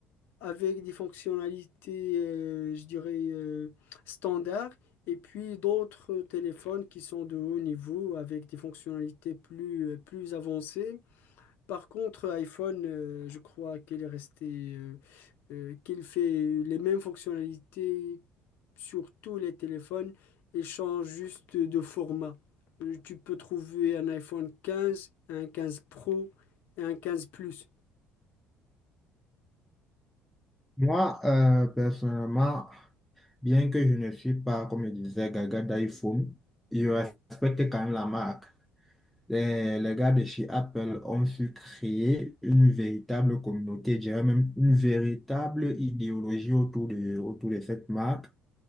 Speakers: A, on the left (about 70°); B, in the centre.
A: avec des fonctionnalités, euh, je dirais, euh, standards, et puis d'autres téléphones qui sont de haut niveau, avec des fonctionnalités plus, euh, plus avancées. Par contre, iPhone, euh, je crois qu'elle est restée, euh, euh, qu'elle fait les mêmes fonctionnalités sur tous les téléphones et change juste de format. Euh, Tu peux trouver un iPhone 15, un 15 Pro et un 15 Plus.
B: Moi, euh, personnellement, Bien que je ne suis pas, comme je disais, gaga d'iPhone, je respecte quand même la marque. Les, les gars de chez Apple ont su créer une véritable communauté, je dirais même une véritable idéologie autour de, autour de cette marque,